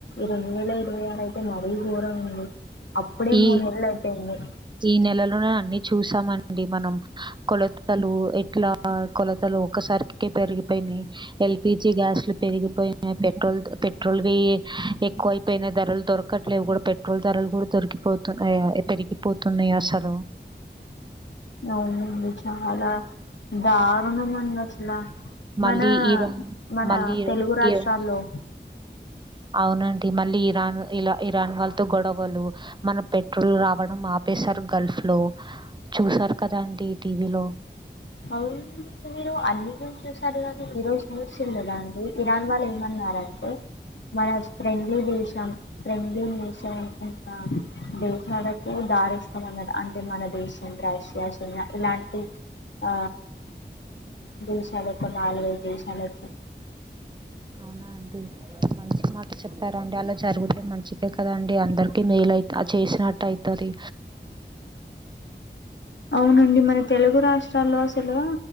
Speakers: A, on the left; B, on the right.
A: రెండు వేల ఇరవై ఆరు అయితే మరీ ఘోరం అండి. అప్పుడే
B: ఈ
A: మూడు నెళ్ళు అయిపోయింది.
B: ఈ నెలలోనే అన్ని చూసామండి మనం. కొలతలు ఎట్లా కొలతలు ఒసారికి పెరిగిపోయినాయి ఎల్పిిజి గ్యాస్ పెరిగిపోయినాయి పెట్రోల్ పెట్రోల్వి ఎక్కువ అయిపోయినాయి ధరలు దొరకట్లేవి కూడా పెట్రోల్ ధరలు కూడా <inaudible> <unintelligible> పోతున్నాయి పోతున్నాయి అసలు
A: అవునండి చాలా దారుణం అంది అసలు
B: మళ్ళీ
A: మన
B: ఇరాన్
A: మన
B: మళ్ళీ ఇరాన్
A: తెలుగు రాష్ట్రాల్లో.
B: ఇరాన్ అవునండి మళ్ళీ ఇరాన్ ఇలా ఇరాన్ వాళ్ళతో గొడవలు మన పెట్రోలు రావడం ఆపేశారు గల్ఫ్ లో చూసారు కదా అండి టీవీలో?
A: అవును మీరు అన్ని గురించి చూసారు కానీ ఈ రోజు న్యూస్ వెళ్ళదా అండి ఇరాన్ వాళ్ళ ఏమ. విన్నారంటే మన ఫ్రెండ్లీ దేశం ఫ్రెండ్లీ నేషన్ ఉన్న దేశాలకు దారిస్తామన్న అంటే మన దేశం రష్యా చైనా ఇలాంటి. ఆ దేశాలకు నాలుగై ఐదు దేశాలకు
B: అవునా అండి మంచి మాట చెప్పార్. అండి అలా జరుగుతే మంచిదే కదండి అందరు. కి నీలై ఆ చేసినట్ట్ అయితది
A: అవునండి మన తెలుగు రాష్ట్రాల్లో అసలు